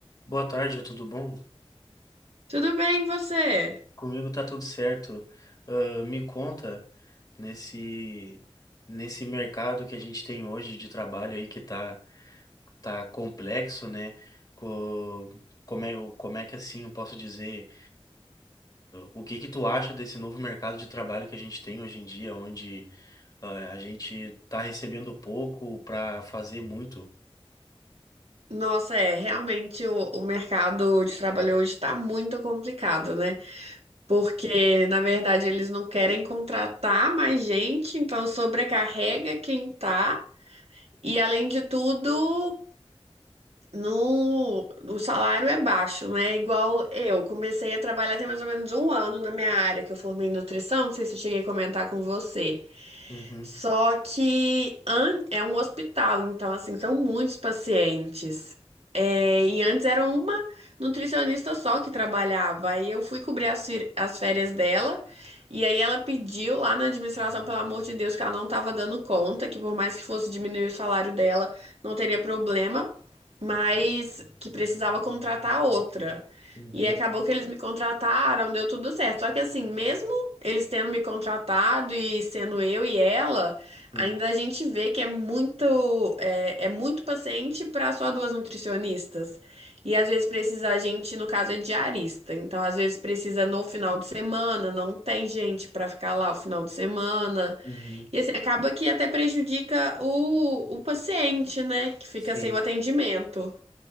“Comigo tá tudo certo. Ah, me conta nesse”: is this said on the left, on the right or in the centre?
Left